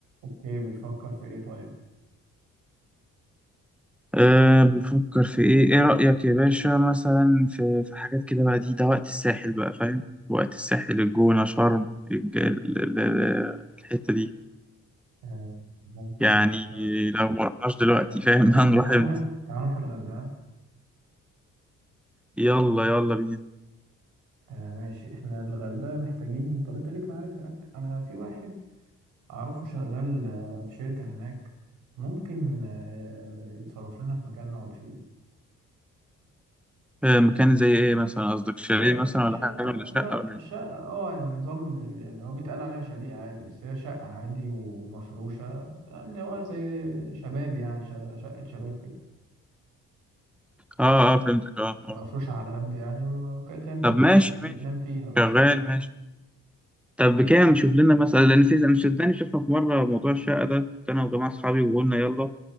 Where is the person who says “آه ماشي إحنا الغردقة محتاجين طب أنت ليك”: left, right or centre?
Right